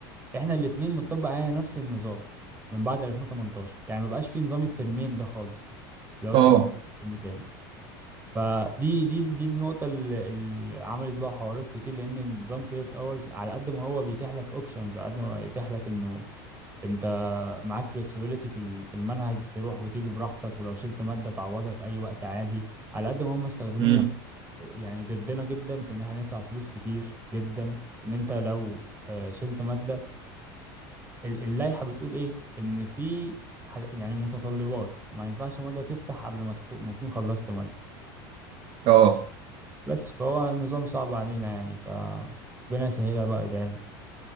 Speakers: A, on the right (about 20°); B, on the right (about 45°).
A: احنا الاتنين بنطبق علينا نفس النظام من بعد 2018 يعني ما بقاش في نظام الترمين ده خالص لو الترم
B: اه
A: ترم ترم تاني فدي دي دي النقطة اللي اللي عملت بقى حوارات كتير لأن نظام كريدت اورز على قد ما هو بيتيح لك اوبشنز على قد ما بيتيح لك إنه أنت معاك فلكسبيليتي في ال- في المنهج تروح وتيجي براحتك ولو شلت مادة تعوضها في أي وقت عادي على قد ما هم استخدموه
B: امم
A: يعني ضدنا جدا في إن احنا ندفع فلوس كتير جدا إن أنت لو آه، شلت مادة ال- اللائحة بتقول ايه ان في حاج- يعني متطلبات ما ينفعش مادة تفتح قبل ما تكون ما تكون خلصت مادة
B: اه
A: بس فهو النظام صعب علينا يعني ف ربنا يسهلها بقى ادعيلنا